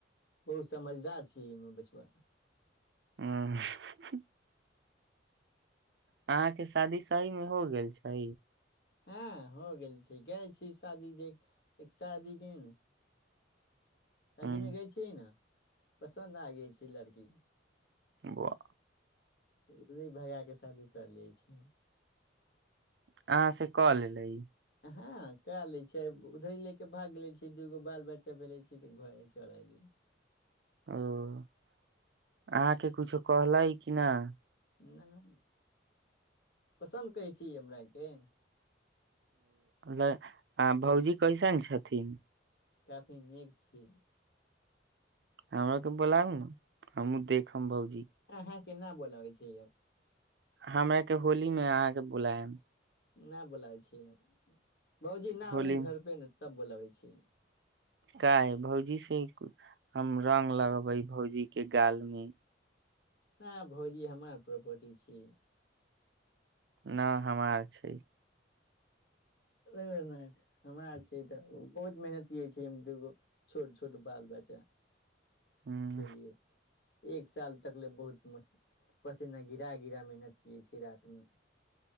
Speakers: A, on the left; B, on the right.
A: बहुत समझदार छीमे बचपन
B: ह अहाँके शादी सही मे हो गेल छै
A: हँ हो गेल छै गए शादी देख एक शादी के ने शादी
B: हूँ
A: में गाय छीही ने पसन्द आगे छै लड़की
B: आोआ
A: नहि भगा कऽ शादी कर लै छी हम
B: अहाँ से कऽ लेलै
A: हँ कए लै छियै उधर लऽ कऽ भाग लै छियै दू गो बाल बच्चा भेलै छैऽ घर चल अयली
B: ओ अहाँके किछो कहलै कि नहि
A: नहि पसन्द करै छी हमराके
B: नहीं आ भौजी कैइसन छथिन
A: काफी नीक छी
B: हमरा के बोलब ने हमू देखम बत
A: अहाँ के नाम बोलाबै छी
B: हमराक के होली मे अहाँके बुलायम
A: नहि बोलाबै छिय भौजी ना
B: होली
A: ओहि घर पे ने तब बोलाबै छी
B: क भौजी से हम रंग लगेबै भौजी के गाल मे
A: ह भौजी हमर प्रॉपर्टी छी
B: नहि हम छै
A: रवरनाथ हमरा आर छै तऽ बहुत मेहनत कै छै दूगो छोट छोट बाल बच्चा
B: ह्म
A: के लिए एक साल तक ले बहुत म पसीना गिरा गिरा मेहनत किये छी रात मे